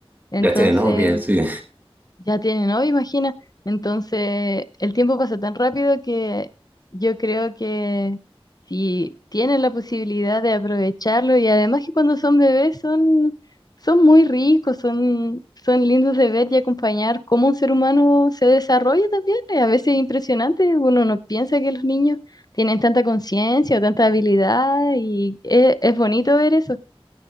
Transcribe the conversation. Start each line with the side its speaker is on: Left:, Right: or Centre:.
Left: entonces...
Right: Ya tiene novia, sí.
Left: Ya tiene novio, imagina. Entonces, el tiempo pasa tan rápido que yo creo que si tienen la posibilidad de aprovecharlo y además que cuando son bebés son, son muy ricos, son, son lindos de ver y acompañar cómo un ser humano se desarrolla también. eh, A veces es impresionante, uno no piensa que los niños tienen tanta conciencia o tanta habilidad y es, es bonito ver eso.